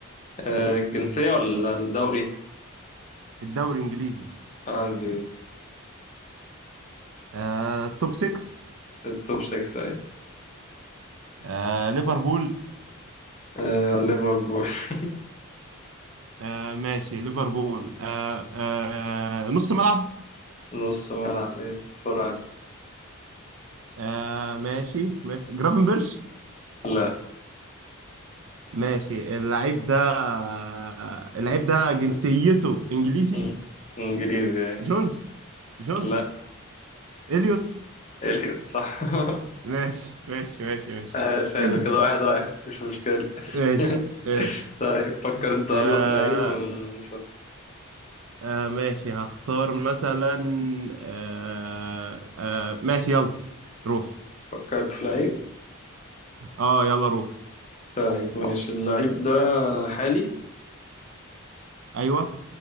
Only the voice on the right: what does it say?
الدوري الانجليزي
آه توب 6
آه ليفربول
آه ماشي ليفربول آه آه نص ملعب
آه ماشي ماشي جرافنبرش
ماشي اللعيب ده آه اللعيب ده جنسيته انجليزي
جونز جونز
اليوت
ماشي ماشي ماشي ماشي
<laughs>
ماشي
ماشي
آه
آه ماشي هختار مثلا آه آه ماشي يلا روح
اه يلا روح
ايوه